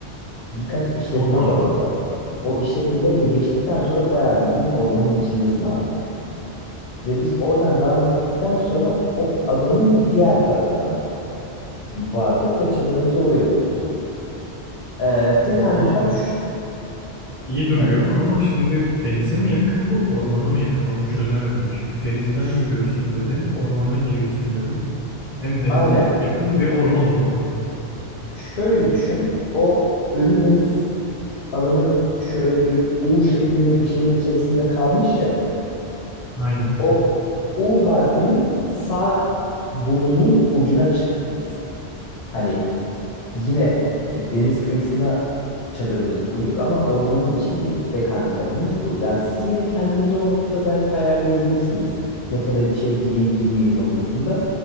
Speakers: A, on the left (about 65°); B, in the centre.
A: birkaç işletme
B: Tamam abi.
A: var orada. O işletmeleri de geçtikten sonra bayağı bildiğin ormanın içindesin artık. Ve biz oradan devam ettikten sonra o adanın diğer tarafına vardık ve çadırımızı oraya koyduk. Ee, tek
B: Valla
A: handikap şu,
B: İyi duruyor
A: heh,
B: ama şimdi denize mi yakın bu, ormana mı yakın onu çözemedim. Çünkü denizden
A: ş-
B: yürüyorsun dedin, ormana giriyorsun dedin. Hem denize
A: aynen.
B: yakın bir orman o zaman bu.
A: Şöyle düşün. O Ölü Deniz alanı şöyle bir U şeklinde bir şeyin içerisinde kalmış ya.
B: Aynen.
A: O U harfinin sağ burnunun ucuna çıktık biz. Hani Yine deniz kıyısına çadırımızı kurduk ama ormanın içindeydik. Tek handikapımız bu. Ya siz yine kendinizi o noktada belki ayarlayabilirsiniz. Ne kadar içeri gireyim girmeyeyim noktasında.